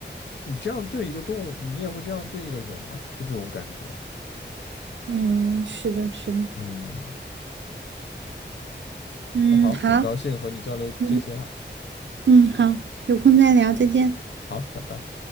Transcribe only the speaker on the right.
嗯，是的，是的，
嗯，
好，
嗯嗯，好，有空再聊，再见。